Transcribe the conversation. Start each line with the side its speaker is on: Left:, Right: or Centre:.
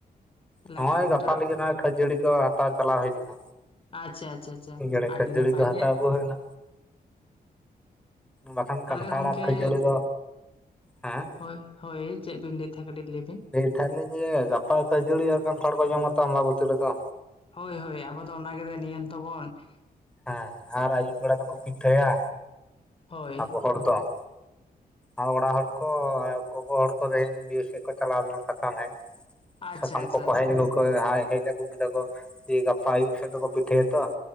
Left: ᱛᱟᱦᱚᱞᱮ
Centre: ᱱᱚᱜ
Left: ᱠᱟᱱᱴᱷᱟᱲ
Centre: ᱚᱭ ᱜᱟᱯᱟ ᱞᱟᱹᱜᱤᱫ ᱱᱚᱜ ᱚᱭ ᱠᱷᱟᱹᱡᱟᱹᱲᱤ ᱠᱚ ᱦᱟᱛᱟᱣ ᱪᱟᱞᱟᱣ ᱦᱩᱭ ᱞᱮᱱᱟ᱾
Left: ᱟᱪᱪᱷᱟ ᱟᱪᱪᱷᱟ ᱟᱪᱪᱷᱟ
Centre: ᱜᱮᱲᱮ
Left: ᱟᱹᱰᱤ
Centre: ᱠᱷᱟᱹᱡᱟᱹᱲᱤ
Left: ᱱᱟᱯᱟᱭ
Centre: ᱠᱚ ᱦᱟᱛᱟᱣ
Left: ᱜᱮ
Centre: ᱟᱜᱩ ᱦᱩᱭᱱᱟ᱾ ᱵᱟᱠᱷᱟᱱ
Left: ᱛᱟᱦᱚᱞᱮ
Centre: ᱠᱟᱱᱴᱷᱟᱲ
Left: ᱜᱚᱝᱠᱮ,
Centre: ᱟᱨ ᱠᱷᱟᱹᱡᱟᱹᱲᱤ ᱫᱚ ᱦᱮᱸ
Left: ᱦᱳᱭ ᱦᱳᱭ ᱪᱮᱫ ᱵᱤᱱ ᱞᱟᱹᱭᱮᱫ ᱛᱟᱦᱮᱸᱱᱟ ᱠᱟᱹᱴᱤᱡ ᱞᱟᱹᱭ ᱵᱤᱱ?
Centre: ᱞᱟᱹᱭ ᱮᱫ ᱛᱟᱦᱮᱱ ᱞᱤᱧ ᱡᱮ ᱜᱟᱯᱟ ᱠᱷᱟᱹᱡᱟᱹᱲᱤ ᱟᱠᱟᱱ ᱛᱷᱟᱚᱲ ᱠᱚ ᱡᱚᱢᱟ ᱛᱚ ᱟ ᱢᱟᱵᱟᱹᱛᱤ ᱨᱮᱫᱚ᱾
Left: ᱦᱳᱭ ᱦᱳᱭ ᱟᱵᱚ ᱫᱚ ᱚᱱᱟᱜᱮ ᱱᱤᱭᱟᱹᱢ ᱛᱚᱵᱚᱱ ᱾
Centre: ᱦᱮᱸ ᱟᱨ ᱟᱭᱩᱵ ᱵᱮᱲᱟ ᱫᱚᱠᱚ ᱯᱤᱴᱷᱟᱹᱭᱟ
Left: ᱦᱳᱭ
Centre: ᱟᱵᱚ ᱦᱚᱲ ᱫᱚ ᱾ ᱟᱨ ᱚᱲᱟᱜ ᱦᱚᱲ ᱠᱚ ᱟᱭᱳ ᱜᱚᱜᱚ ᱦᱚᱲ ᱠᱚ ᱛᱮᱦᱮᱧ ᱵᱤᱨ ᱥᱮᱫ ᱠᱚ ᱪᱟᱞᱟᱣ ᱞᱮᱱᱟ ᱥᱟᱠᱟᱢ ᱦᱮᱡ ᱾
Left: ᱟᱪᱪᱷᱟ
Centre: ᱥᱟᱠᱟᱢ
Left: ᱟᱪᱪᱷᱟ
Centre: ᱠᱚᱠᱚ ᱦᱮᱡ ᱟᱹᱜᱩ ᱠᱚ ᱮ ᱦᱟᱸᱭ ᱦᱮᱡ ᱟᱹᱜᱩ ᱠᱮᱫᱟ ᱠᱚ ᱫᱤᱭᱮ ᱜᱟᱯᱟ ᱟᱭᱩᱵ ᱥᱮᱫ ᱫᱚᱠᱚ ᱯᱤᱴᱷᱟᱹᱭᱟᱛᱚ ᱾